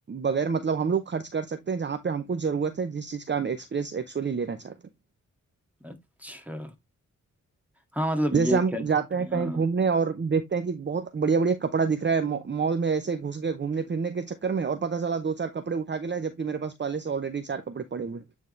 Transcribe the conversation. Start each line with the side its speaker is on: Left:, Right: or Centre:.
Right: बगैर मतलब हम लोग खर्च कर सकते हैं जहां पे हमको जरूरत है जिस चीज का हम एक्सपीरियंस एक्चुअली लेना चाहते हैं
Centre: अच्छा हाँ मतलब ये
Right: जैसे हम
Centre: कह
Right: जाते
Centre: सकते
Right: हैं
Centre: हैं
Right: कहीं
Centre: हाँ
Right: घूमने और देखते हैं कि बहुत बढ़िया बढ़िया कपड़ा दिख रहा है मॉ- मॉल में ऐसे घुस गए घूमने फिरने के चक्कर में और पता चला दो चार कपड़े उठा के लाए जबकि मेरे पास पहले से ऑलरेडी चार कपड़े पड़े हुए हैं